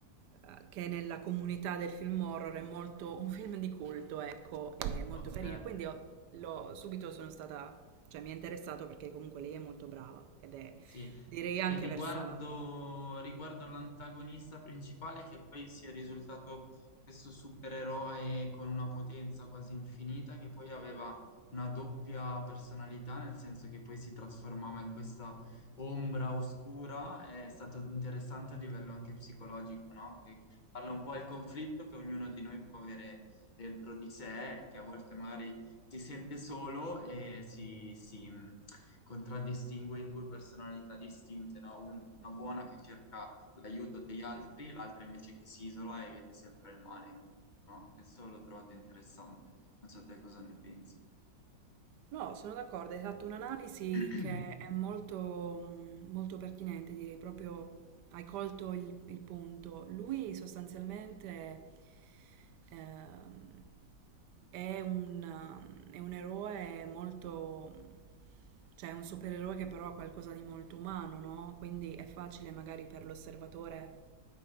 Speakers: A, on the right (about 75°); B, on the left (about 35°).
A: eh, che nella comunità del film horror è molto un film di culto, ecco, è molto
B: ok.
A: carino. Quindi ho- l'ho- subito sono stata, cioè mi è interessato perché comunque lei è molto brava ed è
B: Sì,
A: direi anche
B: e riguardo,
A: versatile.
B: riguardo all'antagonista principale che poi si è risultato questo supereroe con una potenza quasi infinita che poi aveva una doppia personalità, nel senso che poi si trasformava in questa ombra oscura, è stato interessante a livello anche psicologico, no? Che parla un po' del conflitto che ognuno di noi può avere dentro di sé, che a volte magari si sente solo e si, si, mh, contraddistingue in due personalità distinte, no? Una buona che cerca l'aiuto degli altri, e l'altra invece che si isola e vede sempre il male in tutto, no? Questo l'ho trovato interessante. Non so te cosa ne pensi.
A: No, sono d'accordo, hai fatto un'analisi
B: <clears throat>
A: che è molto, mh, molto pertinente, direi proprio hai colto il, il punto. Lui sostanzialmente ehm, è un, ehm, è un eroe molto, cioè è un supereroe che però ha qualcosa di molto umano, no? Quindi è facile magari per l'osservatore